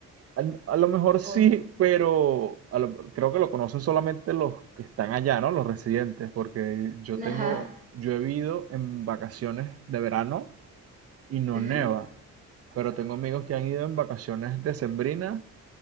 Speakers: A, on the right; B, on the right.
A: Al- A, lo mejor sí,
B: O-
A: pero a lo- creo que lo conocen solamente los que están allá, ¿no? Los residentes, porque yo tengo,
B: ajá.
A: yo he vivido en vacaciones de verano y no
B: ujú,
A: neva, pero tengo amigos que han ido en vacaciones decembrinas